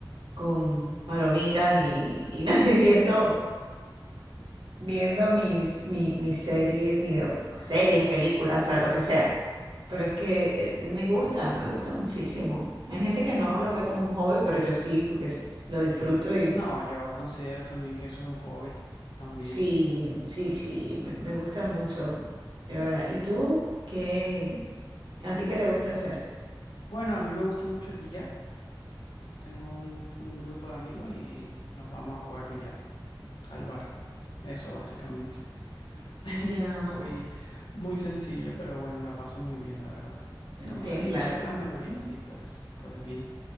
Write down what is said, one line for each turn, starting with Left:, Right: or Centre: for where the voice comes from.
Right: con palomitas y, y <laughs> nada, viendo, viendo mis, mi, mis series, digo, series, películas, o sea, lo que sea. Pero es que eh, me gusta, me gusta muchísimo. Hay gente que no lo ve como un hobby, pero yo sí, porque lo disfruto
Left: No, yo considero también que eso es un hobby. También.
Right: Sí, sí, sí, me, me gusta mucho, de verdad. ¿Y tú qué? ¿A ti qué te gusta hacer?
Left: Bueno, a mí me gusta mucho el billar. Tengo un, un grupo de amigos y nos vamos a jugar billar al bar. Eso básicamente. <laughs>
Right: Ya,
Left: Un hobby muy sencillo, pero bueno, la paso muy bien, la verdad.
Right: eh,
Left: Estamos
Right: bien,
Left: ahí
Right: claro.
Left: charlando, bebiendo y pues, pues bien.